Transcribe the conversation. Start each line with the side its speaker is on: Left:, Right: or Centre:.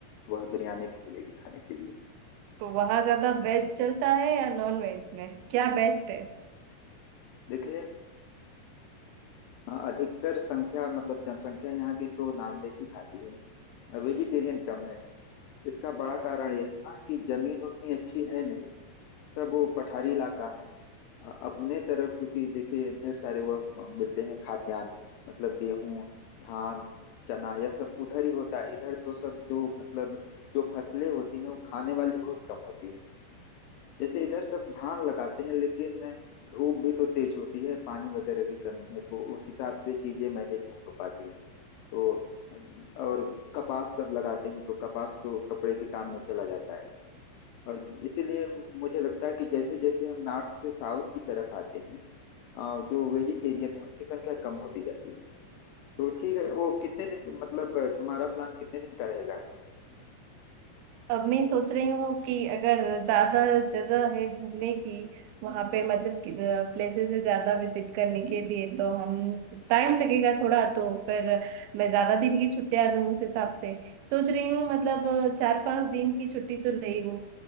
Left: वह बिरयानी भी मिलेगी खाने के लिए
Right: तो वहाँ ज्यादा वेज चलता है या नॉन वेज में क्या बेस्ट है
Left: देखिए हाँ, अधिकतर संख्या मतलब जनसंख्या यहाँ की तो नॉनवेज ही खाती है वेजिटेरियन कम है इसका बड़ा कारण यह है ना कि जमीन उतनी अच्छी है नहीं सब वो पठारी इलाका है अ- अपने तरफ चूंकि देखिए ढेर सारे वह मिलते हैं खाद्यान्न मतलब गेहूं धान चना यह सब उधर ही होता है इधर तो सब जो मतलब जो फसलें होती हैं वो खाने वाली बहुत कम होती है जैसे इधर सब धान लगाते हैं लेकिन धूप भी तो तेज होती है पानी वगैरह की कमी है तो उस हिसाब से चीजें मैनेज नहीं हो पाती तो और कपास सब लगाते हैं तो कपास तो कपड़े के काम में चला जाता है और इसीलिए मुझे लगता है कि जैसे जैसे हम नॉर्थ से साउथ की तरफ आते हैं अ, जो वेजिटेरियन है उनकी संख्या कम होती जाती है तो ठीक है वो कितने दिन मतलब तुम्हारा प्लान कितने दिन का रहेगा
Right: अब मैं सोच रही हूँ कि अगर ज्यादा जगह है घूमने की वहां पे मतलब प्लेसेस है ज्यादा विजिट करने के लिए तो हम टाइम लगेगा थोड़ा तो पर मैं ज्यादा दिन की छुट्टियां लूँ उस हिसाब से सोच रही हूँ मतलब अ, चार पांच दिन की छुट्टी तो ले लूँ